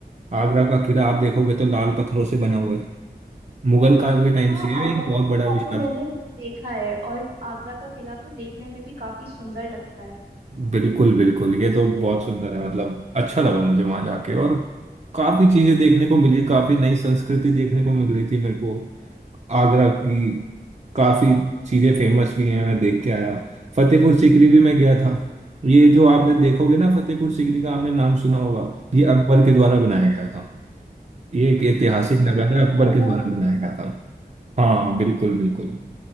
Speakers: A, on the right; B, on the right.
A: आगरा का किला आप देखोगे तो लाल पत्थरों से बना हुआ है मुगल काल के टाइम
B: हाँ,
A: से ये
B: आगरा
A: एक
B: का
A: बहुत बड़ा
B: किला
A: विशाल
B: तो मैंने देखा है और आगरा का किला तो देखने में भी काफी सुंदर लगता है
A: बिल्कुल बिल्कुल ये तो बहुत सुंदर है मतलब अच्छा लगा मुझे वहां जाके और काफी चीजें देखने को मिली काफी नई संस्कृति देखने को मिल रही थी मेरे को आगरा की काफी चीजें फेमस भी हैं मैं देख के आया फतेहपुर सीकरी भी मैं गया था ये जो आपने देखोगे ना फतेहपुर सीकरी का आपने नाम सुना होगा
B: हम्म,
A: ये अकबर के द्वारा बनाया गया था ये एक ऐतिहासिक
B: अच्छा
A: नगर है
B: ऐसा
A: अकबर
B: है
A: के
B: क्या
A: द्वारा बनाया गया था हाँ बिल्कुल बिल्कुल